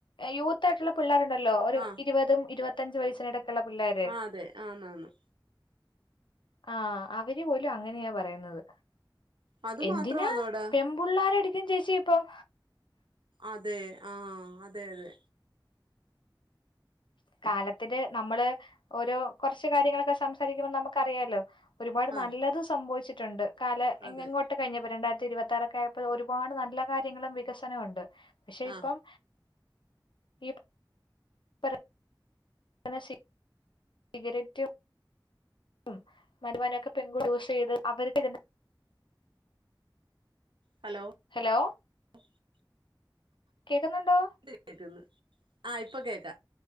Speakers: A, on the left; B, on the right.
A: യൂ യിട്ടുള്ള പിള്ളാരുണ്ടല്ലോ ഒരു
B: ആ
A: ഇരുപതും, ഇരുപത്തഞ്ചും, വയസിനടയ്ക്ക് <unintelligible> പിള്ളേരെ
B: ആ അതെ ആന്നാന്ന്
A: ആഹ് അവരു പോലും അങ്ങനെയാ പറയുന്നത്
B: അത്
A: എന്തിനാ
B: മാത്രമാന്നോടാ
A: പമ്പുള്ളരടിക്കും ചേച്ചി ഇപ്പം.
B: അതെ ആഹ് അതെ അതെ
A: കാലത്തില് നമ്മള് ഓരോ കൊറച്ചു കാര്യങ്ങളൊക്കെ സംസാരിക്കുമ്പം നമുക്കറിയാലോ ഒരുപാട്
B: ആ
A: നല്ലത് സംഭവിച്ചിട്ടുണ്ട് കാലേ
B: അതെ
A: ഇങ്ങങോ ട്ടു കഴിഞ്ഞപ്പ രണ്ടായിരത്തി ഇരുപത്തി ആറൊക്കെ ആയപ്പോ ഒരുപാട് നല്ല കാര്യങ്ങളും വികസനവും ഉണ്ട് പക്ഷെ
B: ആ
A: ഇപ്പം ഈ പറ എന്നാ ശരി. സിഗരറ്റും <unintelligible>
B: ഹലോ
A: ഹലോ
B: <inaudible>
A: കേക്കുന്നുണ്ടോ
B: <unintelligible> ആ ഇപ്പ കേക്ക